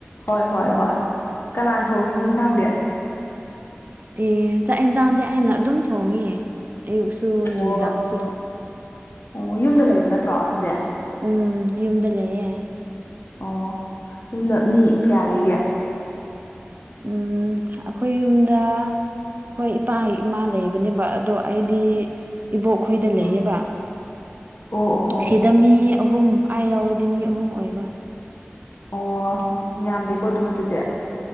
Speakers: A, on the left (about 55°); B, on the right (about 45°).
A: ꯍꯣꯏ ꯍꯣꯏ ꯍꯣꯏ ꯀꯅꯥꯟ ꯊꯣꯡꯉꯤꯅꯣ ꯏꯟꯁꯥꯡꯗꯤ
B: ꯑꯦ ꯆꯥꯛ ꯑꯦꯟꯁꯥꯡꯗꯤ ꯑꯩꯅ ꯑꯗꯨꯝ ꯊꯣꯡꯉꯦ ꯑꯌꯨꯛꯁꯨ
A: ꯑꯣ
B: ꯅꯨꯃꯤꯗꯥꯡꯁꯨ
A: ꯑꯣ ꯌꯨꯝꯗ ꯂꯩꯕ ꯅꯠꯇ꯭ꯔꯣ ꯍꯧꯖꯦꯛ
B: ꯎꯝ ꯌꯨꯝꯗ ꯂꯩꯌꯦ
A: ꯑꯣ ꯌꯨꯝꯗ ꯃꯤ ꯀꯌꯥ ꯂꯩꯒꯦ
B: ꯎꯝ ꯑꯈꯣꯏ ꯌꯨꯝꯗ ꯍꯣꯏ ꯏꯄꯥ ꯏꯃꯥ ꯂꯩꯕꯅꯦꯕ ꯑꯗꯣ ꯑꯩꯗꯤ ꯏꯕꯣꯛꯈꯣꯏꯗ ꯂꯩꯌꯦꯕ
A: ꯎꯝ ꯑꯣ ꯑꯣ ꯑꯣ
B: ꯁꯤꯗ ꯃꯤ ꯑꯍꯨꯝ ꯑꯩ ꯌꯥꯎꯔꯗꯤ ꯃꯤ ꯑꯍꯨꯝ ꯑꯣꯏꯕ
A: ꯑꯣ ꯌꯥꯝꯗꯦꯀꯣ ꯑꯗꯨꯝ ꯑꯗꯨꯗꯤ